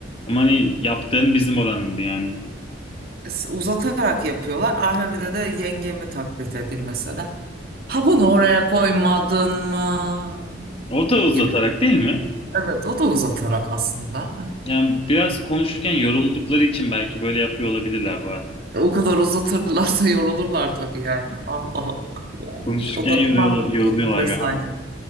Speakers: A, on the left (about 30°); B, on the right (about 50°).
A: Ama hani yaptığın bizim oranındı yani.
B: E, S- Uzatarak yapıyorlar. Arhavide de yengemi taklit edeyim mesela. Ha bunu oraya koymadın mı?
A: Orta uzatarak
B: Gibi.
A: değil mi?
B: Evet o da uzatarak aslında.
A: Yani biraz konuşurken yoruldukları için belki böyle yapıyor olabilirler bu arada.
B: E, O kadar uzatırlarsa yorulurlar tabii yani. Allah Allah yani.
A: Konuşurken
B: O da
A: yoruluyorlar,
B: onlar da
A: yoruluyorlar
B: bir enteresan
A: galiba.
B: yani.